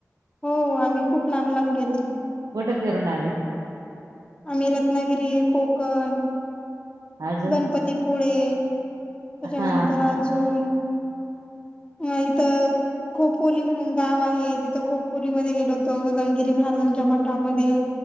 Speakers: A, on the left (about 15°); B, on the right (about 85°).
A: हुं, आमी खूप लांब लांब गेल्तो.
B: कुटं फिरून आले?
A: आमी रत्नागिरी, कोकण
B: अजून
A: गणपतीपुळे, त्याच्यानंतर
B: हा
A: अजून नाई तं खूप पुली म्हणून गाव आहे, तिथं खूप पुलीमध्ये गेलो होतो, गणगिरी महाराजांच्या मठामध्ये.